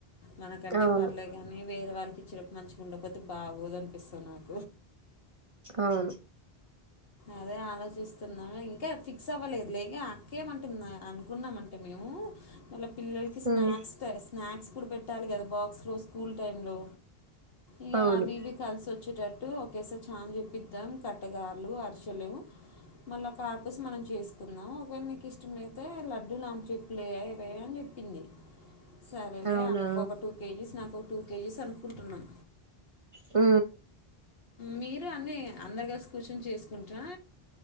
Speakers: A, on the left (about 70°); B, on the right (about 35°).
A: మనకంటే
B: అవును
A: పర్లే గాని వేరే వాళ్ళు చ్చ మంచిగా ఉండ కపోతే బాగోదనిపిస్తున్నారు
B: అవును
A: అదే ఆలోచిస్తున్న ఇంకా ఫిక్స్ అవ్వలేదు లేక కెమంటుంద అనుకున్నామంట యాంటె మెమ్ పిలల్కి స్నాక్స్
B: ఉమ్
A: స్నాక్స్ ఇప్పుడు పెట్టాలి కదా బాక్స్లో స్కూల్ టైంలో ఇ యావివి
B: అవును
A: కల్ స వచ్చేటట్టు ఒకేసారి చఛా చెప్పిద్దాం కట్టగాలు అరిసెలు మళ్ళా కార్పుస్ మనం చేసుకుందాం ఒకవేళ మీీకు ఇష్టమ అైతే లడ్డుూ లాంపచప్పులుయా ఇవ అని చెప్ప సరేలే
B: అవునా
A: అక్కకు ఒక టూ కేజీస్ నాకు ఒక టూ కేజెస్ అనుకుంటున్నాం
B: ఆ
A: మీరు అన్నీ అందరిగా కూర్చొని చేసుకుంటారా